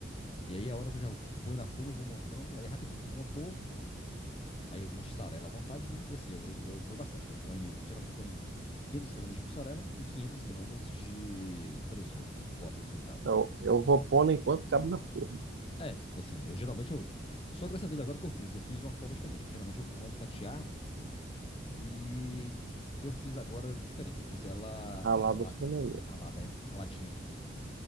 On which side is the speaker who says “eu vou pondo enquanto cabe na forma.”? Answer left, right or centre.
Right